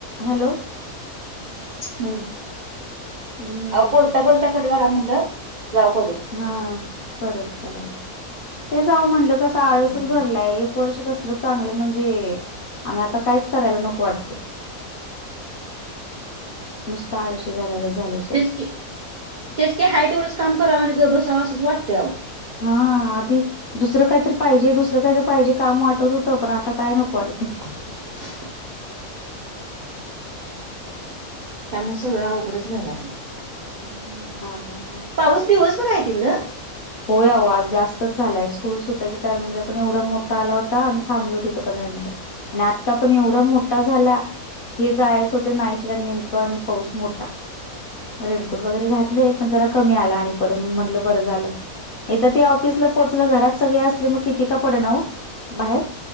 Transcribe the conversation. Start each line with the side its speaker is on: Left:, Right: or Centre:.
Left: Hello
Right: हम्म
Left: हम्म
Right: अहो बोलता बोलता कट झाला म्हणल. जाऊ पोलिस
Left: हा परत करायला. तेच आऊ म्हंटल कस आळसच
Right: हम्म.
Left: भरलाय एक वर्ष कसलं चांगलं म्हणजे, आणि आता कायच करायला नको वाटते. नुसता आळशी झाल्यागत झाले.
Right: तेच की, तेच की हा तेवढंच काम करावं आणि गप बसावां असंच वाटते अहो.
Left: हा आधी दुसरं काहीतरी पाहिजे, दुसरं काही पाहिजे काम वाटत होत पण आता काय नको वाटते.
Right: <inaudible> त्यामुळे सगळं अवघडच व्हायला लागलं.
Left: हम्म नानांग नांग.
Right: पाऊस दिवसभर आहे तिकडं?
Left: हो याओ आज जास्तच झालाय स्कूल सुटायच्या टामिंगला पण एवढा मोठा आला होता. आम्ही थांबलो तिथं पंधरा मिनटं. आणि आता पण एवढा मोठा झाला हे जायचं होते नाईटला नेमकं आणि पाऊस मोठा. रेनकोट वगैरे घातले पण जरा कमी आला आणि पर म्हटलं बरं झालं एकदा ते ऑफिसला पोचलं, घरात सगळे असले मग किती का पडनाव बाहेर.